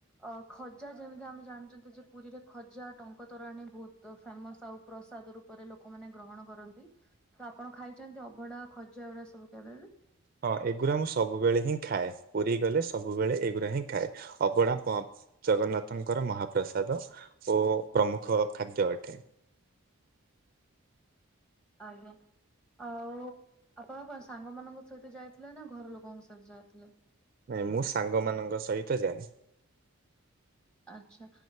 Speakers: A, in the centre; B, on the right.
A: ଓ ଖଜା ଯେମିତି ଆମେ ଜାଣିଛନ୍ତି ଯେ ପୁରୀରେ ଖଜା ଟଙ୍କ ତରାଣୀ ବହୁତ ଫେମସ ଆଉ। ପ୍ରସାଦ ରୂପରେ ଲୋକମାନେ ଗ୍ରହଣ କରନ୍ତି। ତ ଆପଣ ଖାଇଛନ୍ତି ଅଭଢା ଖଜା ଏଗୁଡା ସବୁ କେବେ ଵି।
B: ହଁ ଏଗୁଡା ମୁଁ ସବୁବେଳେ ହିଁ ଖାଏ। ପୁରୀ ଗଲେ ସବୁବେଳେ ଏଗୁଡା ହିଁ ଖାଏ। ଅବଢା। ଜଗନ୍ନାଥଙ୍କର ମହାପ୍ରସାଦ ଓ ପ୍ରମୁଖ ଖାଦ୍ୟ ଅଟେ।
A: ଆଜ୍ଞା। ଆଉ ଆପଣ କଣ ସାଙ୍ଗମାନଙ୍କ ସହିତ ଯାଇଥିଲେ ନା ଘର ଲୋକଙ୍କ ସହିତ ଯାଇଥିଲେ।
B: ନାଇଁ ମୁଁ ସାଙ୍ଗ ମାନଙ୍କ ସହିତ ଯାଏ।
A: ଆଚ୍ଛା